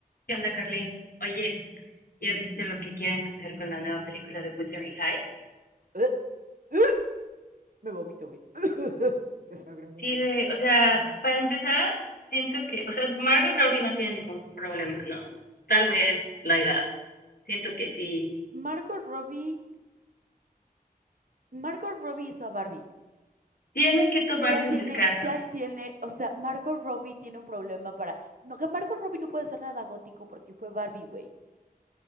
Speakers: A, on the left; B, on the right.
A: ¿Qué onda, Carly? Oye, ¿ya
B: Mm.
A: viste lo que quieren hacer con la nueva película de Wuthering Heights?
B: ¡Ugh! ¡Ugh! Me vomito, güey. <laughs> Desagradable.
A: Sí, güey, o sea, para empezar, siento que, o sea, Margot Robbie no tiene ningún problema, ¿no? Tal vez la edad. Siento que sí.
B: Margot Robbie, Margot Robbie hizo a Barbie.
A: Tienen que tomarse
B: Ya tiene,
A: un descanso.
B: ya tiene, o sea, Margot Robbie tiene un problema para. No, que Margot Robbie no puede ser nada gótico porque fue Barbie, güey.